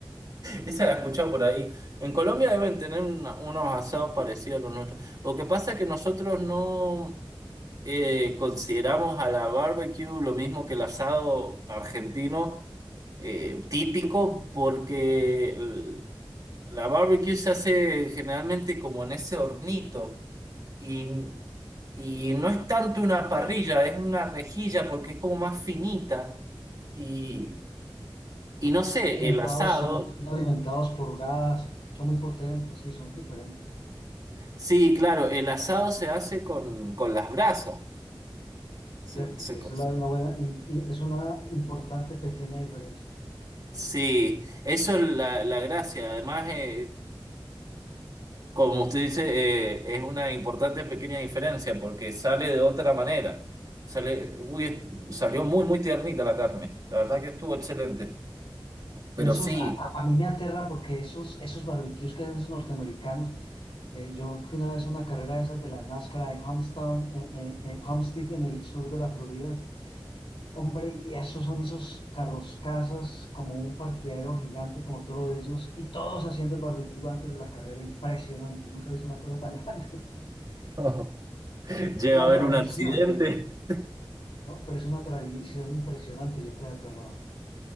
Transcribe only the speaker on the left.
alimentados,
son, son alimentados por gas, son muy potentes, sí, son diferentes.
Cierto,
sí, esa
es la- una buena, in- i- es una importante pequeña diferencia.
Y esos,
a, a- a mí me aterra porque esos, esos barbecues que hacen esos norteamericanos, eh, yo fui una vez a una carrera de esas de la NASCAR en Homestead, en, en- en Homestead, en el sur de la Florida. Hombre, y esos son esos carros casas, como un parqueadero gigante, como todo lo de ellos, y todos haciendo el barbecue antes de la carrera, impresionante. Nunca he visto una cosa tan <laughs> grande.
Es una
tradición,
¿no? Pero es una tradición impresionante, yo quedé aterrado.